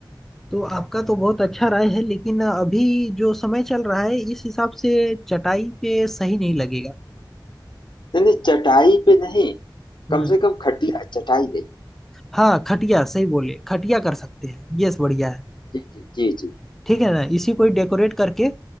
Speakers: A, in the centre; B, on the left.
A: तो आपका तो बहुत अच्छा राय है लेकिन अभी जो समय चल रहा है इस हिसाब से चटाई पे सही नहीं लगेगा
B: नहीं नहीं चटाई पे नहीं कम
A: हम्म
B: से कम खटिया चटाई नहीं
A: हाँ खटिया सही बोले खटिया कर सकते हैं यस बढ़िया है
B: जी जी जी जी
A: ठीक है ना इसी को ही डेकोरेट करके